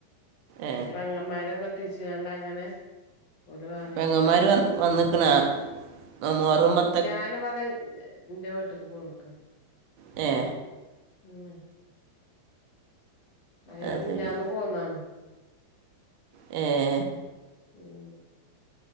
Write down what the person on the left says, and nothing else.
പെങ്ങന്മാരെ കെട്ടിച്ച് കണ്ട അങ്ങനെ ഓല് വേറേണ്
ഞാനുവടെ ൻ്റെ വീട്ടക്ക് പോന്നക്ക
ഉം അയ
മിന്നാന്ന്
പോന്നതാണ്
ഉം